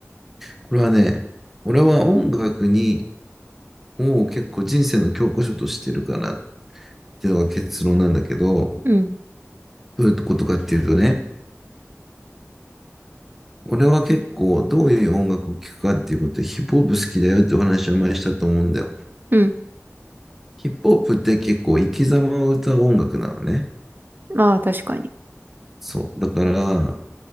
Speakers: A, in the centre; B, on the right (about 45°).
A: これはね、俺は音楽に、を結構人生の教科書としてるかなっていうのが結論なんだけど、
B: うん。
A: どういうことかっていうとね、俺は結構どういう音楽を聴くかっていうことでヒップホップ好きだよってお話を前にしたと思うんだよ。
B: うん。
A: ヒップホップって結構生き様を歌う音楽なのね。
B: まあ、確かに。
A: そう。だから、